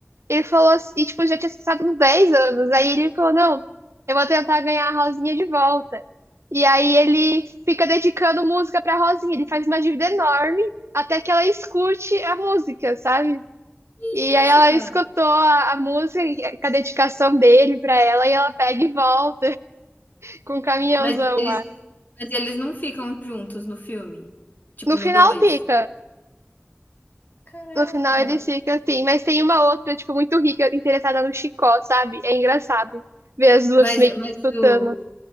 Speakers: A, on the right; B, on the left.
A: ele falou, assim- e tipo, já tinha se passado uns 10 anos. Aí ele falou, não, eu vou tentar ganhar a Rosinha de volta. E aí ele fica dedicando música pra Rosinha, ele faz uma dívida enorme até que ela escute a música, sabe?
B: Que
A: E aí
B: Isso,
A: ela
B: cara.
A: escutou a, a música e- com a dedicação dele pra ela e ela pega e volta <laughs> com o caminhãozão
B: Mas eles,
A: lá.
B: mas eles não ficam juntos no filme. Tipo,
A: No
B: no
A: final
B: 2.
A: fica.
B: Caraca.
A: No final eles ficam assim, mas tem uma outra, tipo, muito rica, interessada no Chicó, sabe? É engraçado ver as duas
B: Mas,
A: meio que
B: mas
A: disputando.
B: o,